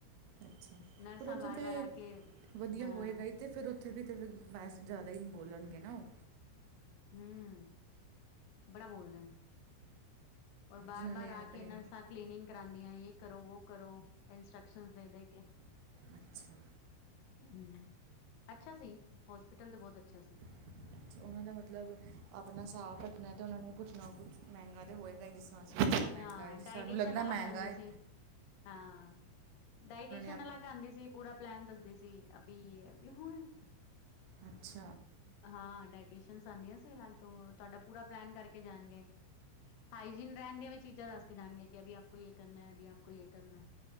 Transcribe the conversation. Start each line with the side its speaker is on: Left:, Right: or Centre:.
Right: ਅੱਛਾ
Left: ਨਰਸਾਂ
Right: ਪਰ ਉੱਥੇ
Left: ਬਾਰ
Right: ਤੇ
Left: ਬਾਰ ਆ ਕੇ
Right: ਵਧੀਆ
Left: ਹਾਂ
Right: ਹੋਏਗਾ ਈ। ਤੇ ਫਿਰ ਉੱਥੇ ਵੀ ਤਾਂ ਬੈਸ ਜ਼ਿਆਦਾ ਈ ਬੋਲਣਗੇ ਨਾ ਉਹ।
Left: ਹੂੰ ਬੜਾ ਬੋਲਦੇ ਨੇ। ਔਰ ਬਾਰ
Right: ਜਿਨ੍ਹਾਂ
Left: ਬਾਰ
Right: ਨੇ
Left: ਆ
Right: ਆਪਣੇ
Left: ਕੇ ਇਹਨਾਂ ਸਥ ਕਲੀਨਿੰਗ ਕਰਾਨੀ ਆ ਜੈ ਕਰੋ ਵੋ ਕਰੋ ਇੰਸਟਰ੍ਰਕਸ਼ਨ ਦੇ ਦੇ ਕੇ।
Right: ਅੱਛਾ।
Left: ਹੂੰ ਅੱਛਾ ਸੀ, ਹੋਸਪਿਟਲ ਤੇ ਬਹੁਤ ਅੱਛਾ ਸੀ।
Right: ਅੱਛਾ ਉਹਨਾਂ ਦਾ ਮਤਲਬ ਆਪਣਾ ਸਾਬ ਰੱਖਣਾ ਤੇ ਉਹਨਾਂ ਨੇ ਕੁਛ ਨਾ ਕੁਛ ਮਹਿੰਗਾ ਤੇ ਹੋਏਗਾ ਈ ਜਿਸ <unintelligible> ਜ਼ਿਆਦਾ ਮਹਿੰਗਾ
Left: ਹਾਂ
Right: ਐ
Left: ਡਾਇਟੀਸ਼ਨ
Right: ਸਾਨੂੰ ਲੱਗਦਾ
Left: ਅਲੱਗ
Right: ਮਹਿੰਗਾ
Left: ਆਂਦੀ
Right: ਐ।
Left: ਸੀ ਹਾਂ, ਡਾਇਟੀਸ਼ਨ
Right: ਆਪ-
Left: ਅਲੱਗ ਆਦੀ ਸੀ ਪੂਰਾ ਪਲੈਨ ਦੱਸਦੇ ਸੀ ਅਭੀ ਇਹ ਹੁਣ
Right: ਅੱਛਾ।
Left: ਹਾਂ ਡਾਇਟੈਸਨਸ ਆਦੀਆਂ ਸੀਗਾ ਤੋਂ ਤੁਹਾਡਾ ਪੂਰਾ ਪਲੈਨ ਕਰਕੇ ਜਾਣਗੇ। ਹਾਈਜੀਨ ਰਹਿਣ ਦੀਆਂ ਵੀ ਚੀਜ਼ਾਂ ਦੱਸ ਕੇ ਜਾਣਗੀਆਂ ਕਿ ਵੀ ਆਪ ਕੋਈ ਇਹ ਕਰਨਾ ਐ ਵੀ ਆਪ ਕੋਈ ਇਹ ਕਰਨਾ।